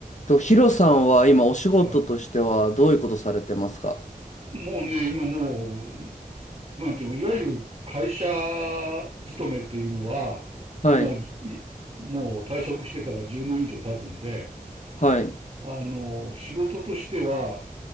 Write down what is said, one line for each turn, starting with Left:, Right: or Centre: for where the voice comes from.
Left: と、ヒロさんは今お仕事としてはどういうことされてますか
Right: あい。もうね、今もう、なんていうの、いわゆる会社勤めというのは、
Left: はい。
Right: もう、いもう退職してから10年以上経つんで、
Left: はい。
Right: あの、仕事としては、